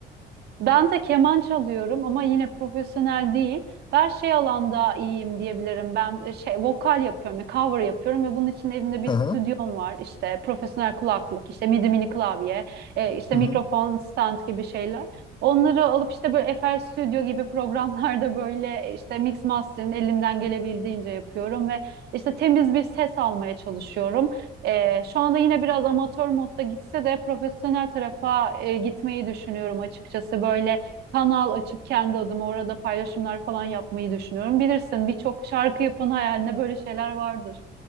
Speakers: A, on the right; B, on the left.
A: Ben de keman çalıyorum ama yine profesyonel değil. Ben şey alanda iyiyim diyebilirim. Ben e, şey vokal yapıyorum, e, cover yapıyorum ve bunun için evimde bir
B: Aha.
A: stüdyom var. İşte profesyonel kulaklık, işte midi mini klavye, e, işte
B: Hı
A: mikrofon
B: hı.
A: stand gibi şeyler. Onları alıp işte böyle FL Studio gibi programlarda böyle e, işte mix master'ın elimden gelebildiğince yapıyorum ve işte temiz bir ses almaya çalışıyorum. Ee, şu anda yine biraz amatör modda gitse de profesyonel tarafa e, gitmeyi düşünüyorum açıkçası. Böyle kanal açıp kendi adıma orada paylaşımlar falan yapmayı düşünüyorum. Bilirsin birçok şarkı yapan hayalinde böyle şeyler vardır.